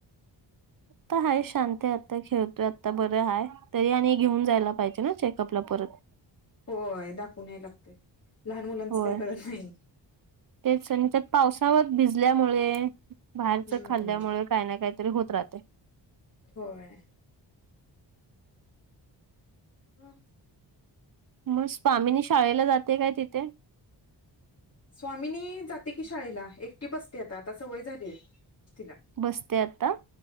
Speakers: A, on the right; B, on the left.
A: त हाय शांतय आत्ता खेळतोय आत्ता बरं हाय त यानी घेऊन जायला पायजे ना चेकअपला परत.
B: होय दाखवून याय लागतंय लहान मुलांचं
A: होय
B: काई कळलं न्हाई.
A: तेच अणि त्यात पावसावत भिजल्यामुळे बाहेरचं
B: हम्म
A: खाल्ल्यामुळं काय ना काय तरी होत राहतंय.
B: होय. अ
A: म स्वामीनी शाळेला जाते काय तिथे.
B: स्वामीनी जाते की शाळेला, एक -टी बसते आता, आता सवय झालेय तिला.
A: बसते आता.